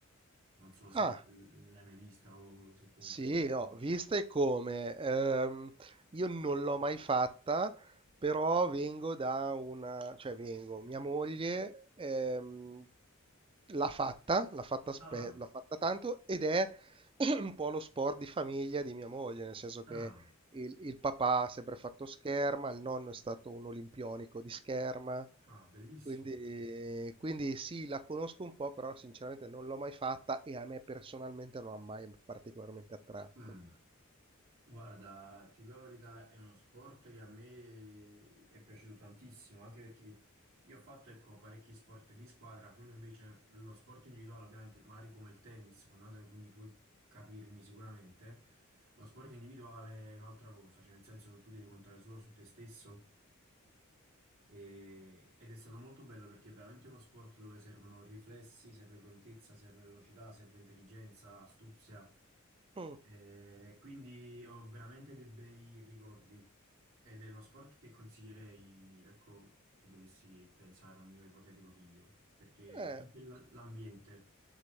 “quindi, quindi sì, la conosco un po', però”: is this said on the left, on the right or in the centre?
Right